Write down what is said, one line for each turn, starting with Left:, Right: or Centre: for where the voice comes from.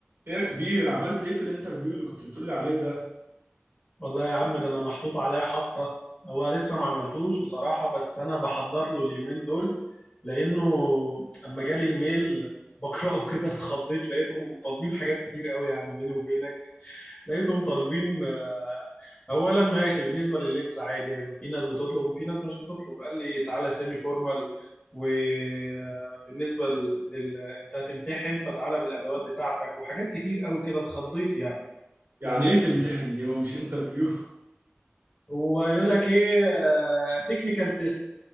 Right: ايه يا كبير عملت ايه في الانترفيو اللي كنت بتقولي عليه ده
Left: والله يا عم ده انا محطوط عليا حطه هو لسه ما عملتوش بصراحه بس انا بحضر له اليومين دول لانه اما جالي الميل بقراه كده اتخضيت لقيتهم طالبين حاجات كتير قوي يعني بيني وبينك لقيتهم طالبين آه، اولا ماشي بالنسبه لللبس عادي يعني في ناس بتطلب وفي ناس مش بتطلب قال لي تعالى سيمي فورمال وبالنسبه لل... انت هتمتحن فتعالى بالادوات بتاعتك وحاجات كتير قوي كده اتخضيت يعني
Right: يعني ايه تمتحن دي هو مش انترفيو <laughs>
Left: هو يقول لك ايه تكنيكال تيست